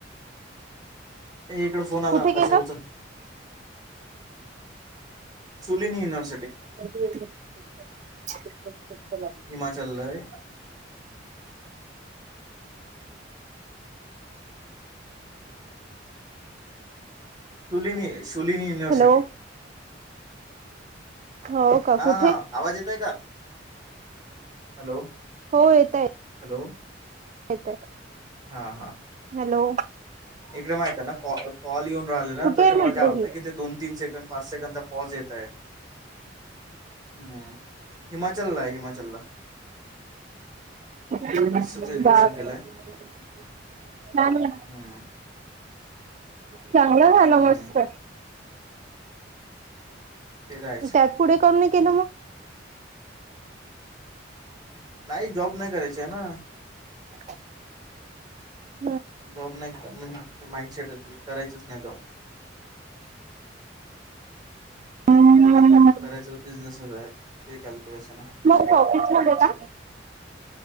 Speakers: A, on the right (about 25°); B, on the right (about 40°).
A: इकड फोन
B: कुठे
A: आला हर्षा
B: केलं
A: उचल सुलीिनी युिव्हसिटी
B: चम्
A: हिमाचललाय शुलिनी शलिनी युनिव्हर्सिटी
B: हॅलो हो का
A: हा
B: कुठे
A: हा आवाज येतय का हॅलो
B: हो येतय
A: हॅलो
B: येतय.
A: हा हा
B: हॅलो.
A: इकडे माहित आहे ना क कॉल येऊन राहिले ना
B: कुठे
A: त्याच्यामुळे
B: आहे म्हटलं
A: काय होतं
B: ही
A: की ते दोन तीन सेकंड पाच सेकंडचा पॉज येत आहे हम्. हिमाचल ला आहे हिमाचल ला.
B: बा
A: डिस्टन्स एज्युकेशन केलंय हम्म
B: चांगलं झालं
A: हम्म
B: मस्त
A: ते राहायच
B: त्यात पुढे करून नाही केलं मग
A: नाही जॉब नाही करायची आहे ना.
B: <unintelligible>
A: जॉब नाही म्हणजे आच माइंडसेट अस करायचच नाही जॉब हम्
B: हम्म हम ह
A: करायच बिझनेस आहे ते कॅल्क्युलेशन आहे.
B: ऑफिसमध्ये का?